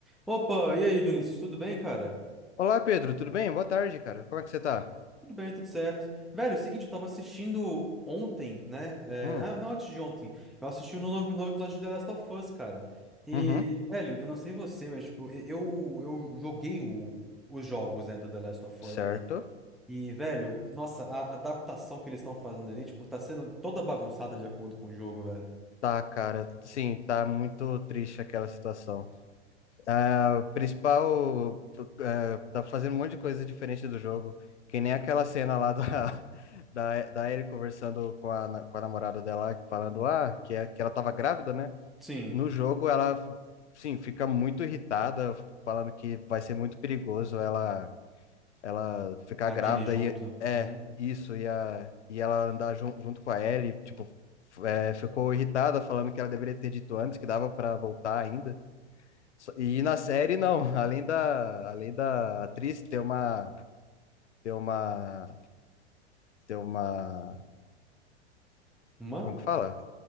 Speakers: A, in the centre; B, on the left (about 80°).
A: Opa, e aí, Vinícius, tudo bem, cara?
B: Olá, Pedro, tudo bem? Boa tarde, cara. Como é que você tá?
A: Tudo bem, tudo certo. Velho, é o seguinte, eu tava assistindo ontem, né?
B: Hum,
A: É, ah, não, antes de ontem. Eu assisti um novo, novo episódio de The Last of Us, cara. E,
B: uhum,
A: velho, eu não sei você, mas, tipo, e- eu, eu joguei o- os jogos, né, do The Last of
B: certo.
A: Us ali, cara. E, velho, nossa, a adaptação que eles estão fazendo ali, tipo, tá sendo toda bagunçada de acordo com o jogo, velho.
B: Tá, cara, sim, tá muito triste aquela situação. Ah, O principal, é, tá fazendo um monte de coisa diferente do jogo, que nem aquela cena lá da, <laughs> da, da Ellie conversando com a, na- com a namorada dela, falando, ah, que, é, que ela tava grávida, né?
A: Sim,
B: No jogo, ela, sim, fica muito irritada, falando que vai ser muito perigoso ela ela ficar
A: a
B: grávida
A: Dini junto.
B: e é
A: Uhum.
B: isso e a e ela andar jun- junto com a Ellie, tipo, f- é, ficou irritada falando que ela deveria ter dito antes que dava para voltar ainda. Só- E na série não, <laughs> além da além da atriz ter uma ter uma ter uma
A: Uma?
B: como que fala?